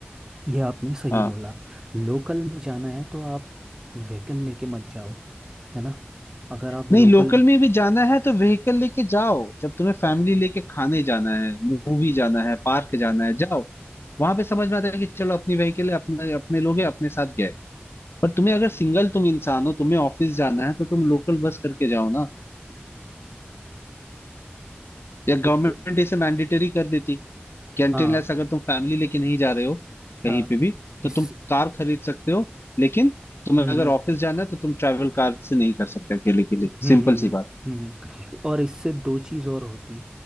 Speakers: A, on the right (about 15°); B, on the left (about 75°).
A: ये आपने सही
B: हाँ।
A: बोला लोकल में जाना है तो आप व्हीकल लेके मत जाओ है ना अगर आप
B: नहीं
A: लोकल
B: लोकल में भी जाना है तो व्हीकल लेके जाओ जब तुम्हें फैमिली लेके खाने जाना है मूवी जाना है पार्क जाना है जाओ वहां पे समझ में आता है कि चलो अपनी व्हीकल है अपने अपने लोग हैं अपने साथ गए पर तुम्हें अगर सिंगल तुम इंसान हो तुम्हें ऑफिस जाना है तो तुम लोकल बस करके जाओ ना या गवर्नमेंट
A: तो,
B: इसे मैंडेटरी कर देती कैंटीनलेस
A: हाँ
B: अगर तुम फैमिली लेके नहीं जा रहे हो
A: हाँ
B: कहीं पे भी तो
A: इस
B: तुम कार खरीद सकते हो लेकिन तुम्हें
A: हम्म
B: अगर
A: हम्म
B: ऑफिस जाना है तो तुम ट्रैवल कार से नहीं कर सकते अकेले के लिए
A: हम्म
B: सिंपल
A: हम्म
B: सी
A: हम्म।
B: बात
A: हम्म, हम्म। और इससे दो चीज़ और होती